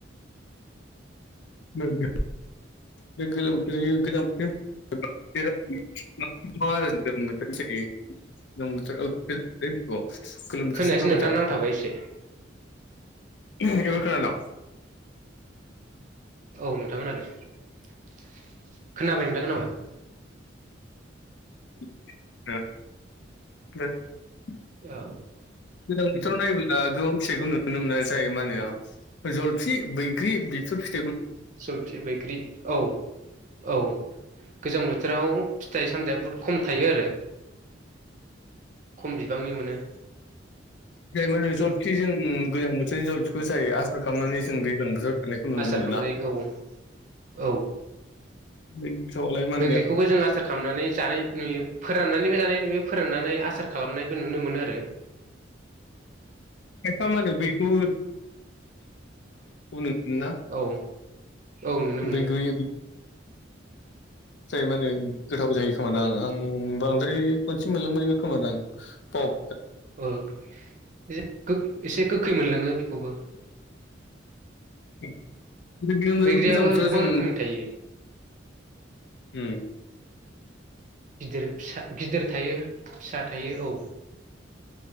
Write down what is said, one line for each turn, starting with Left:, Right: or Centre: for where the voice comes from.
Left: नंगो बे गोलोम बोथोरनि गोजां बोथोर <unintelligible>
Right: खोनायासै नोंथां नांथाबाय एसे
Left: <unintelligible> इबार खोनादों
Right: औ नोंथां खोनादों खोनाबाय नोंथां खोनाबाय
Left: <unintelligible>
Right: औ
Left: गोजां बोथोराव नायोब्ला गोबां फिथाइखौ नुनो मोना जायो मा होनो जलफि बैग्रि बेफोर फि
Right: जलफि बैग्रि औ औ गोजां बोथोराव फिथाइ साम थाइ बुहुत खम थायो आरो खम बिबांनि मोनो।
Left: जाय मा नो जलफि जों गोजां बोथोरनि जलफिखौ जायो आसार खालामनानै जों गोजां बोथोराव जानायखौ नुनो
Right: आसार
Left: मोनो
Right: खालामजायो
Left: ना
Right: औ औ
Left: बैथ'आलाय मा होनो
Right: बैग्रिखौबो जों आसार खालामनानै जानाय नुयो। फोराननानैबो जानाय नुयो फोराननानै आसार खालामनायबो नुनो मोनो आरो
Left: खायफा मानो बैखौ <unintelligible> ना
Right: औ औ नुनो मोनो
Left: बैग्रि जाय मानो गोथाव जायो खोमादों आं बांद्राय खनसे मोनलोंबाय खोमा दां बाव
Right: औ एसे गोखै मोनलोङो बेखौबो
Left: बेनि अनगायैबो
Right: बैग्रियाबो
Left: मोजां बोथोराव
Right: गोबां
Left: जों
Right: रोखोमनि थायो
Left: उ
Right: गिदिर फिसा गिदिर थायो फिसा थायो औ